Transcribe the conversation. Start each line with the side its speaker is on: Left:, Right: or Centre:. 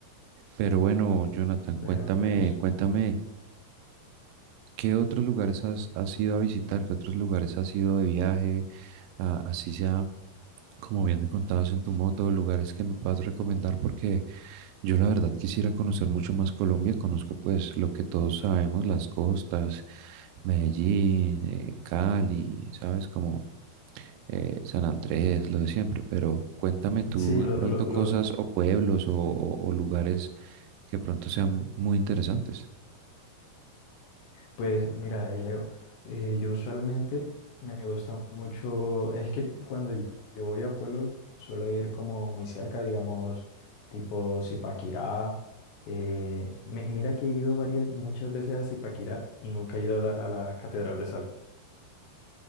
Right: Pero bueno, Jonathan,
Left: Vea,
Right: cuéntame,
Left: pues.
Right: cuéntame. ¿Qué otros lugares has, has ido a visitar? ¿Qué otros lugares has ido de viaje? Ah, así sea, como bien me contabas en tu moto, lugares que me puedas recomendar porque yo la verdad quisiera conocer mucho más Colombia. Conozco pues lo que todos sabemos, las costas, Medellín, eh, Cali, ¿sabes? Como eh, San Andrés, lo de siempre. Pero cuéntame tú
Left: Sí, lo,
Right: de pronto
Left: lo, lo-
Right: cosas o pueblos o, o o lugares que pronto sean muy interesantes.
Left: pues mira, eh, Leo, eh, yo usualmente me gusta mucho, es que cuando yo yo voy a pueblos suelo ir como muy cerca, digamos, tipo Zipaquirá. eh, mi- mira que he ido varias, muchas veces a Zipaquirá y nunca he ido a la, a la Catedral de Sal.